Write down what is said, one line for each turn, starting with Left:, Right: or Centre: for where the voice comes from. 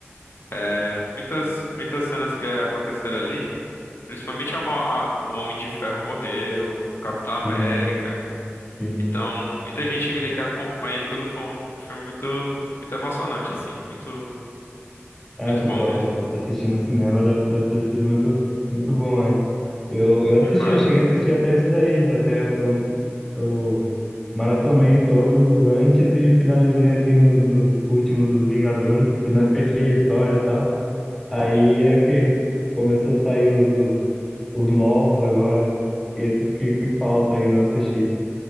Left: é, muitas, muitas cenas que aconteceram ali, principalmente a mo- a- o Homem de Ferro morreu, o Capitão América.
Centre: sim, sim.
Left: Então, muita gente ali que acompanha e tudo, foi um, um filme muito, muito emocionante, assim. Muito,
Centre: É,
Left: muito
Centre: pô,
Left: bom
Centre: pô,
Left: mesmo.
Centre: pô, assistir no cinema deve, deve ter sido muito, muito bom, né? Eu, eu assisti,
Left: Demais.
Centre: eu cheguei a assistir até esse daí, até eu, eu maratonei todos os antes e finalizei assim nos, nos últimos dos Vingadores, e nós fechei a história e tal. Aí
Left: Sim,
Centre: é que começou a sair os, dos, os novos agora, e esses que, que falta ainda assistir.